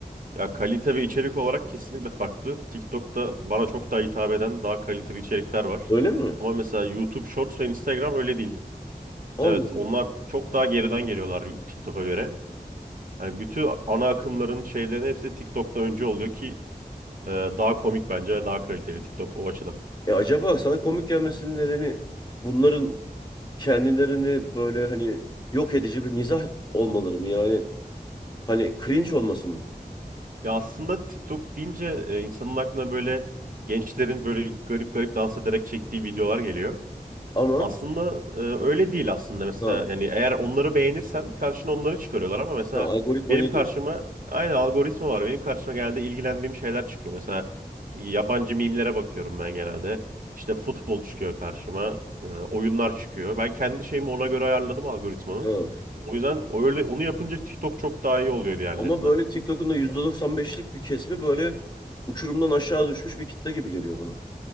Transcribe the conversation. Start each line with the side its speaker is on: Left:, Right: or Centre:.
Right: Ya kalite ve içerik olarak kesinlikle farklı. TikTok'ta bana çok daha hitap eden daha kaliteli içerikler var.
Left: Öyle mi?
Right: Ama mesela YouTube Shorts ve Instagram öyle değil.
Left: Allah
Right: Evet
Left: Allah.
Right: onlar çok daha geriden geliyorlar TikTok'a göre. Hani bütün ana akımların şeylerin hepsi TikTok'ta önce oluyor ki Ee, daha komik bence ve daha kaliteli TikTok o açıdan.
Left: E acaba sana komik gelmesinin nedeni bunların kendilerini böyle hani yok edici bir mizah olmaları mı? Yani hani cringe
Right: Hı hı.
Left: olması mı?
Right: Ya aslında TikTok deyince e, insanın aklına böyle gençlerin böyle garip garip dans ederek çektiği videolar geliyor.
Left: Ama
Right: Aslında e, öyle değil aslında mesela
Left: ha,
Right: yani eğer onları beğenirsen karşına onları çıkarıyorlar ama mesela
Left: ha algoritma
Right: benim
Left: iyi
Right: karşıma
Left: diyorsun.
Right: aynı algoritma var. Benim karşıma genelde ilgilendiğim şeyler çıkıyor. Mesela yabancı mimlere bakıyorum ben genelde. İşte futbol çıkıyor karşıma, e, oyunlar çıkıyor. Ben kendi şeyimi ona göre ayarladım algoritmamı.
Left: Ha.
Right: O yüzden öyle onu yapınca TikTok çok daha iyi oluyor diğerlerinden.
Left: Ama böyle TikTok'un da yüzde doksan beşlik bir kesimi böyle uçurumdan aşağı düşmüş bir kitle gibi geliyor bana.